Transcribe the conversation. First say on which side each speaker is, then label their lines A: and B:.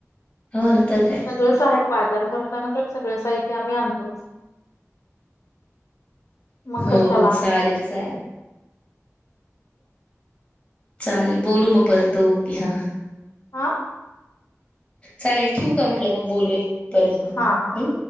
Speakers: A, on the left (about 20°); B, on the left (about 70°).
A: हो ना तर काय
B: सगळं सा बाजार भरताना तर सगळं साहित्य आम्ही आणतोच. मग
A: हो
B: कशाला.
A: हो चालेल चालेल चालेल बोलू मग परत ओके हां
B: हां
A: चालेल ठेवू का म्हटलं मग बोलूया परत मग
B: हा हा.
A: हम्म